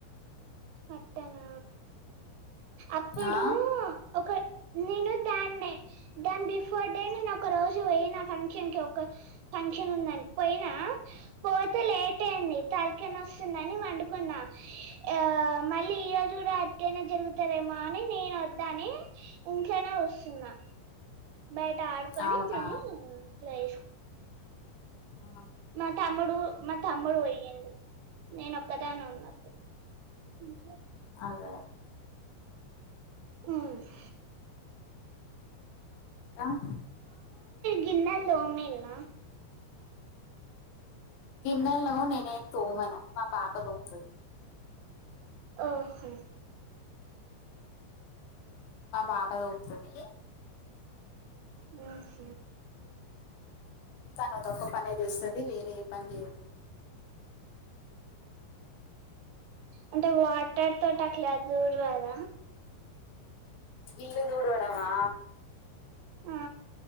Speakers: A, on the right; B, on the left.
A: పట్టన అప్పుడు
B: ఆ
A: ఒక నేను దాన్నే దాని బిఫోర్ డే నేను ఒక రోజు పోయిన ఫంక్షన్ కి ఒక ఫంక్షన్ ఉందని పోయినా పోతే లేట్ అయింది తలకనా వస్తుందిని వండుకున్నా ఆ మళ్ళీ ఈ రోజు కూడా అతియినా జరుగు టదేమ అని నేను వద్దాని ఇంట్నే వస్తున్నా బయట ఆడుకొని
B: అవునా
A: తిని ఇలా వేసుకు
B: ఆ
A: మా తమ్ముడు మా తమ్ముడు పోయ్యిండు నేను ఒక్కదాన్నె ఉన్నడు అా
B: అదా
A: ఉమ్
B: అహ్
A: గిన్నల్ తోమిల్ల
B: గిన్నల్ను నేనేం తోమను మా పాప తో ముతది
A: ఓహో
B: మా పాప దోముతది
A: ఆ స
B: తనోదొక్క పనేచేస్తది వేరే ఏ పని చేయదు
A: అంటే వాటర్ తోటి అట్ల దుూరు రాద
B: ఇల్ దూడుడమా
A: ఆ